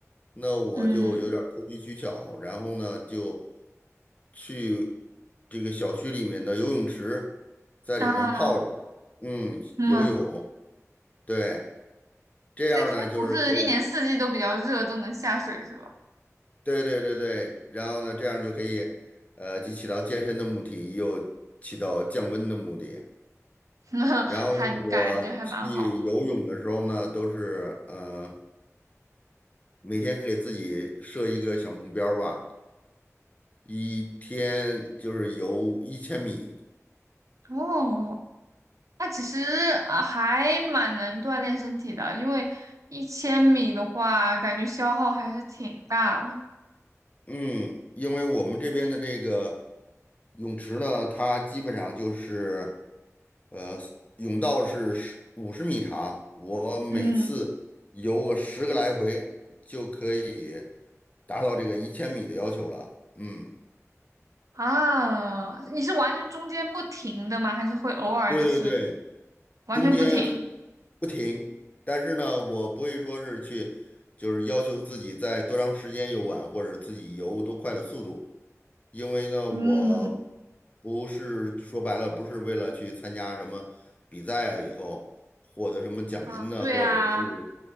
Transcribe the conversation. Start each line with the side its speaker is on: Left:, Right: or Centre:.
Left: 那我就有点儿投机取巧，
Right: 嗯
Left: 然后呢就去这个小区里面的游泳池，在里面泡着，
Right: 啊
Left: 嗯，
Right: 嗯，
Left: 游泳，对，这样呢就是可以，
Right: 所以泰国是一年四季都比较热，都能下水是吧？
Left: 对对对对，然后呢这样就可以，呃，既起到健身的目的，又起到降温的目的。
Right: <laughs> 那还感觉还蛮好。
Left: 然后呢，我去游泳的时候呢，都是呃每天给自己设一个小目标儿吧，一天就是游一千米。
Right: 哦，那其实啊还蛮能锻炼身体的，因为一千米的话，感觉消耗还是挺大的。
Left: 嗯，因为我们这边的这个泳池呢，它基本上就是，呃，泳道是五十米长，我每次游个十个来回就可以
Right: 嗯
Left: 达到这个一千米的要求了。嗯，
Right: 啊，你是完全中间不停的吗？还是会偶尔就是
Left: 对对对，
Right: 完全不停？
Left: 中间不停，但是呢，我不会说是去，就是要求自己在多长时间游玩，或者自己游多快的速度。因为呢，
Right: 嗯
Left: 我不是说白了，不是为了去参加什么比赛啊，以后获得什么奖金呢，
Right: 啊，对呀、
Left: 或者是